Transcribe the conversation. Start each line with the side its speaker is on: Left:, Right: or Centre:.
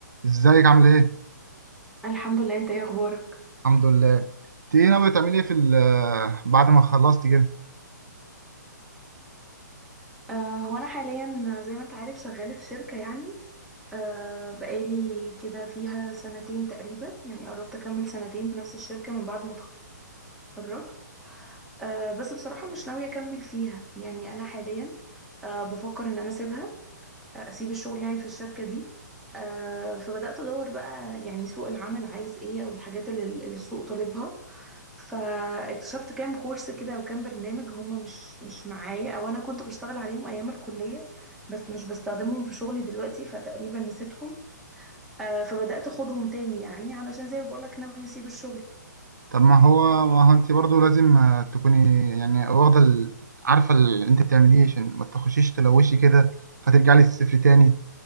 Right: ازيك عامل ايه؟
Centre: الحمد لله انت ايه اخبارك
Right: الحمد لله انت ايه ناوي تعملي ايه في ال- آه، بعد ما خلصتي كده؟
Centre: أه هو انا حاليا زي ما انت عارف شغاله في شركه يعني أه بقالي كده فيها سنتين تقريبا يعني قربت اكمل سنتين في نفس الشركه من بعد ما اتخرجت أه بس بصراحه مش ناويه اكمل فيها يعني انا حاليا أه بفكر ان انا اسيبها آه، اسيب الشغل يعني في الشركه دي أه فبدات ادور بقى يعني سوق العمل عايز ايه او الحاجات اللي اللي السوق طالبها فاكتشفت كام كورس كده وكام برنامج هما مش مش معايا او انا كنت بشتغل عليهم ايام الكلية بس مش بستخدمهم في شغلي دلوقتي فتقريبا نسيتهم آه فبدأت اخدهم تاني يعني علشان زي ما بقولك ناوية اسيب الشغل
Right: طب ما هو ما هو انت برضو لازم آه، تكوني يعني واخدة ال- عارفة اللي انت بتعمليه عشان ما تخشيش تلوشي كده فترجعي للصفر تاني